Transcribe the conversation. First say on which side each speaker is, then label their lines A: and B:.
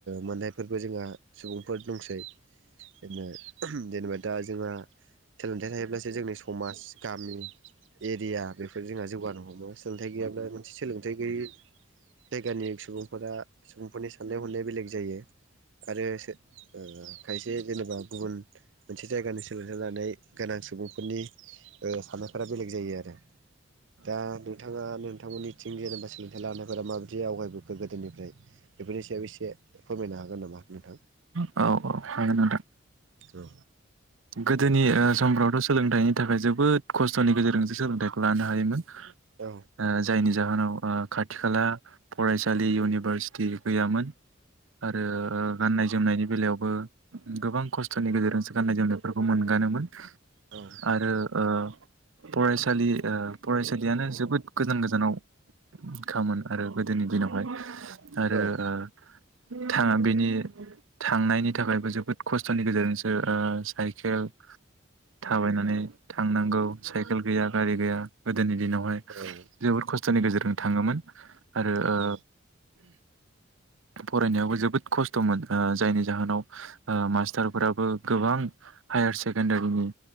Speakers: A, on the right; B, on the right.
A: मोननायफोरबो जोंहा सुबुं फोर दंसैनो जेनेबा दा जोंहा सोलोंथाइ थायोब्लासो जोंनि समाज गामि एरिया बेफोर जोंहा जौगानो हमो सोलोंथाइ गैयाब्ला मोनसे सोलोंथाइ गैयि जायगानि सुबुंफोरा सुबुंफोरनि साननाय हनाया बेलेग जायो आरो ओ खायसे जेनेबा गुबुन मोनसे जायगानि सोलोंथाइ लानाय गोनां सुबुंफोरनि ओ साननायफोरा बेलेग जायो आरो दा नोंथाङा नोंथांमोननिथिं जेनेबा सोलोंथाइ लानायफोरा माबायदि आवगायबोखो गोदोनिफ्राय बेफोरनि सायाव एसे फोरमायनो हागोन नामा नोंथां
B: नोंथां
A: औ
B: गोदोनि ओ समफ्रावथ' सोलोंथाइनि थाखाय जोबोद खस्थ'नि गेजेरजोंसो सोलोंथाइखौ लानो हायोमोन
A: औ
B: ओ जायनि जाहोनाव ओ खाथि खाला फरायसालि इउनिभारसिटि गैयामोन आरो गाननाय जोमनायनि बेलायाव बो गोबां खस्थ'नि गेजेरजोंसो गाननाय जोमनाय फोरखौ मोनगानोमोन
A: औ
B: आरो ओ फरायसालि ओफरायसालियानो जोबोद गोजान गोजानाव खामोन आरो गोदोनि दिनावहाय आरो
A: औ
B: ओ थाङा बेनि थांनायनि थाखायबो जोबोद खस्थ'नि गेजेरजोंसो ओ साइ खेल थाबायनानै थांनांगौ साइकेल गैया गारि गैया गोदोनि दिनावहाय
A: औ
B: जोबोद खस्थ' थनि गेजेरजों थाङोमोन आरो ओ
A: औ
B: फरायनायावबो जोबोद खस्थ'मोन ओ जायनि जाहोनाव ओ मास्टारफोराबो गोबां हायार सेकेण्डारिनि